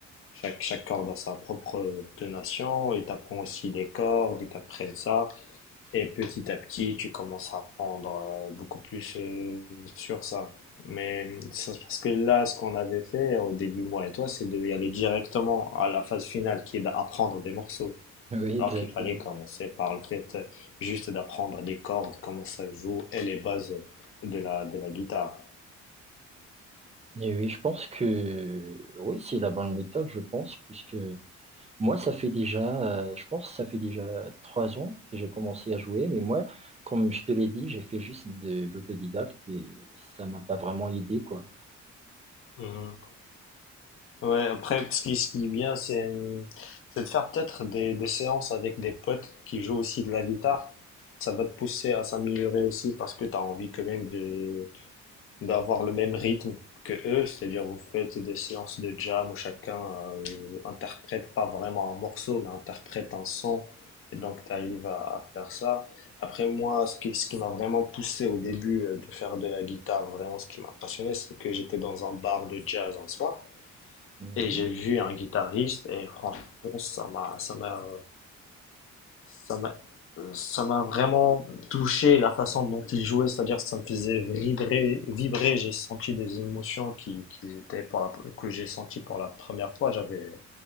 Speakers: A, on the left; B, on the right.
A: chaque, chaque corde a sa propre tonation, ils t'apprennent aussi des cordes, ils t'apprennent ça. Et petit à petit, tu commences à apprendre euh, beaucoup plus euh, sur ça. Mais c'est parce que là, ce qu'on avait fait au début, moi et toi, c'est d'y aller directement à la phase finale qui est d'apprendre des morceaux.
B: Oui,
A: Alors
B: exactement.
A: qu'il fallait commencer par le fait euh, juste d'apprendre les cordes, comment ça joue et les bases de la, de la guitare.
B: Et oui, je pense que oui, c'est la bonne méthode, je pense, puisque Moi, ça fait déjà, euh, je pense que ça fait déjà trois ans que j'ai commencé à jouer, mais moi, comme je te l'ai dit, j'ai fait juste de l'autodidacte et ça m'a pas vraiment aidé, quoi.
A: Mhm. Ouais, après, ce qui, ce qui est bien, c'est, hum, c'est de faire peut-être des, des séances avec des potes qui jouent aussi de la guitare. Ça va te pousser à s'améliorer aussi parce que tu as envie quand même de, d'avoir le même rythme que eux. C'est-à-dire, vous faites des séances de jam où chacun euh, interprète pas vraiment un morceau, mais interprète un son. Et donc, tu arrives à, à faire ça. Après, moi, ce qui, ce qui m'a vraiment poussé au début euh, de faire de la guitare, vraiment ce qui m'a passionné, c'est que j'étais dans un bar de jazz un soir.
B: Mhm.
A: Et j'ai vu un guitariste et franchement, ça m'a, ça m'a, ça m'a, ça m'a vraiment touché la façon dont il jouait, c'est-à-dire que ça me faisait vibrer, vibrer. J'ai senti des émotions qui, qui étaient pour la, que j'ai senti pour la première fois. J'avais